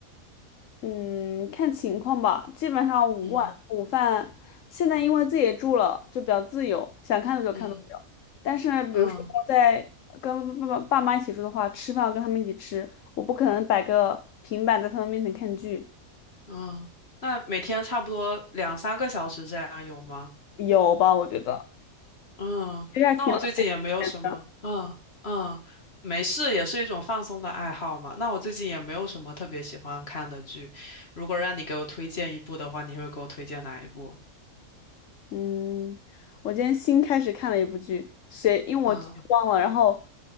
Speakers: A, on the left; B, on the left.
A: 嗯，看情况吧，基本上午晚午饭，
B: 嗯
A: 现在因为自己住了，就比较自由，想看多久看多久。
B: 嗯
A: 但是呢比如说在跟爸爸爸妈一起住的话，
B: 嗯
A: 吃饭要跟他们一起吃，我不可能摆个平板在他们面前看剧，
B: 嗯，那每天差不多两三个小时这样有吗？
A: 有吧？我觉得
B: 嗯，
A: 其实还挺浪费钱的。
B: 那我最近也没有什么，嗯嗯，没事，也是一种放松的爱好嘛。那我最近也没有什么特别喜欢看的剧，如果让你给我推荐一部的话，你会给我推荐哪一部？
A: 嗯，我今天新开始看了一部剧，谁，因为我剧忘了，
B: 嗯
A: 然后